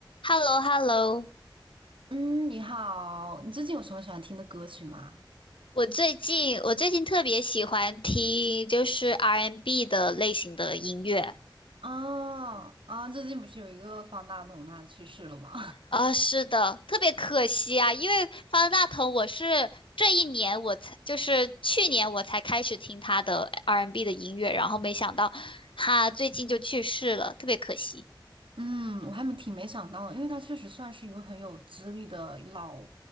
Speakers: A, on the left (about 85°); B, on the right (about 80°).
A: h e l l o h e l l o
B: 嗯，你好，你最近有什么喜欢听的歌曲吗？
A: 我最近我最近特别喜欢听就是 R&B n 的类型的音乐
B: 哦，啊，最近不是有一个方大同他去世了吗？
A: 啊，是的，特别可惜啊，因为方大同我是这一年我才就是去年我才开始听他的 R&B n 的音乐，然后没想到他最近就去世了，特别可惜。
B: <laughs> 嗯，我还没挺没想到的因为他确实算是一个很有资历的老，